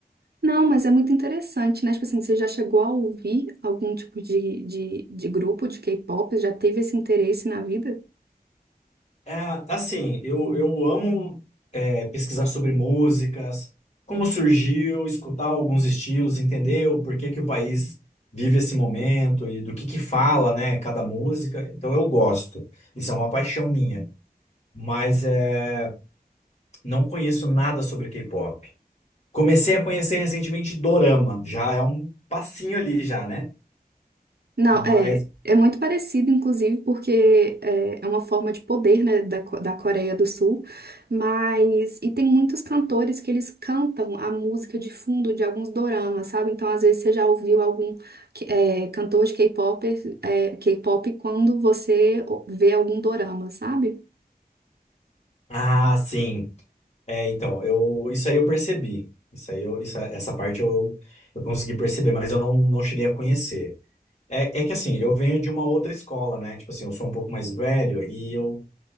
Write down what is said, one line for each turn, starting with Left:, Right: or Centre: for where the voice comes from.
Right: Não, mas é muito interessante, né? Tipo assim, você já chegou a ouvir algum tipo de, de, de grupo de K-pop? Já teve esse interesse na vida?
Left: É, assim, eu, eu amo é, pesquisar sobre músicas, como surgiu, escutar alguns estilos, entender o porquê que o país vive esse momento e do que que fala, né, cada música. Então eu gosto. Isso é uma paixão minha. Mas é, não conheço nada sobre K-pop. Comecei a conhecer recentemente Dorama. Já é um passinho ali já, né?
Right: Não,
Left: Mas,
Right: é, é muito parecido, inclusive, porque é, é uma forma de poder, né, da, Co- da Coreia do Sul, mas, e tem muitos cantores que eles cantam a música de fundo de alguns doramas, sabe? Então, às vezes, você já ouviu algum que- é, cantor de K-pop, é, K-pop quando você vê algum dorama, sabe?
Left: ah, sim. É, então, eu, isso aí eu percebi. Isso aí eu, isso- essa parte eu, eu consegui perceber, mas eu não, não cheguei a conhecer. É, é que assim, eu venho de uma outra escola, né? Tipo assim, eu sou um pouco mais velho e eu,